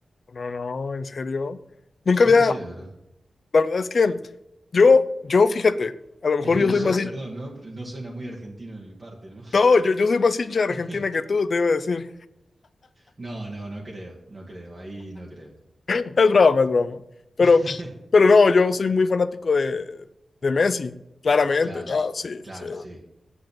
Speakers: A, on the left; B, on the right.
A: No, no, en serio. Nunca
B: Sí,
A: había.
B: sí, de verdad.
A: La verdad es que yo, yo, fíjate, a lo mejor
B: <laughs> No
A: yo soy
B: sé,
A: más.
B: perdón,
A: hin-
B: ¿no? No suena muy argentino de mi parte, ¿no?
A: No, yo, yo soy más hincha de Argentina
B: <laughs>
A: que tú, te iba a decir.
B: No, no, no creo, no creo, ahí no creo.
A: <laughs> Es broma, es broma. Pero,
B: <laughs>
A: pero no, yo soy muy fanático de, de Messi, claramente.
B: Claro,
A: No, sí,
B: claro,
A: sí.
B: sí.